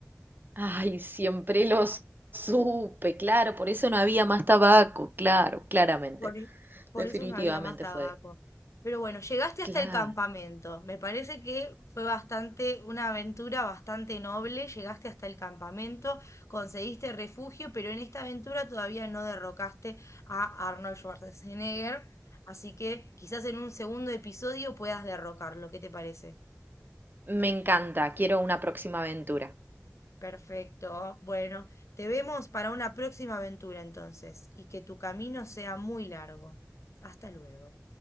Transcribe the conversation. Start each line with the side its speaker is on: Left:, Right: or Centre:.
Right: Ay, siempre los supe, claro, por eso no había más tabaco, claro, claramente,
Left: Por, e- por
Right: definitivamente
Left: eso no había más tabaco.
Right: fue.
Left: Pero bueno, llegaste hasta
Right: Claro,
Left: el campamento. Me parece que fue bastante, una aventura bastante noble. Llegaste hasta el campamento, conseguiste refugio, pero en esta aventura todavía no derrocaste a Arnold Schwarzenegger. Así que quizás en un segundo episodio puedas derrocarlo. ¿Qué te parece?
Right: me encanta, quiero una próxima aventura.
Left: Perfecto. Bueno, te vemos para una próxima aventura entonces, y que tu camino sea muy largo. Hasta luego.